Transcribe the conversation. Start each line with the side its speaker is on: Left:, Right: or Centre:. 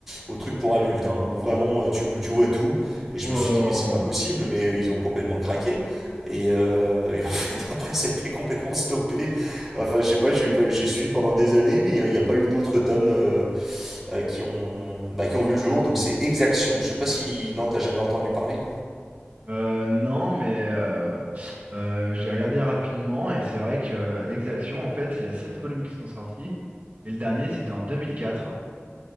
Centre: au truc pour adultes, hein, où vraiment euh, tu, vois- tu vois tout. Et je
Right: Oh
Centre: me
Right: là
Centre: suis
Right: là.
Centre: dit, mais c'est pas possible, mais euh, ils ont complètement craqué. Et, euh, et en <laughs> fait, après, ça a été complètement stoppé. Enfin, je sais pas, j'ai eu pas- j'ai suivi pendant des années, mais euh, il n'y a pas eu d'autres tomes euh, euh, qui ont, bah, qui ont vu le jour. Donc c'est Exaction. Je sais pas si. Non, t'as jamais entendu parler?
Right: Euh, non, mais euh, euh, j'ai regardé rapidement et c'est vrai que euh, Exaction, en fait, il y a sept volumes qui sont sortis et le dernier, c'était en 2004.